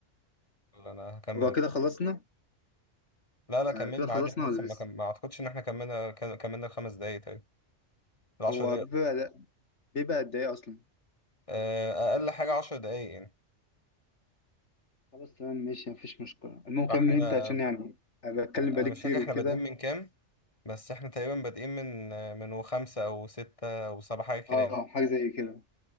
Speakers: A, on the left; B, on the left.
A: ولا أنا هكمل
B: هو كده خلصنا
A: لا لا كملنا
B: آه، كده خلصنا
A: عادي احنا لسه
B: ولا
A: ما,
B: لسه
A: كم... ما أعتقدش إن احنا كملنا كان- كملنا الخمس دقايق طيب العشر
B: هو
A: دقايق
B: بيبقى بيبقى قد إيه أصلا
A: آه، أقل حاجة عشر دقايق يعني
B: خلاص تمام ماشي مفيش مشكلة المهم
A: فاحنا
B: كمل أنت عشان يعني أنا بتكلم
A: أنا
B: بقالي
A: مش
B: كتير
A: فاكر احنا
B: وكده
A: بادئين من كام بس احنا تقريبا بادئين من من وخمسة أو ستة أو سبعة حاجة كده
B: أه
A: يعني
B: آه، حاجة زي كده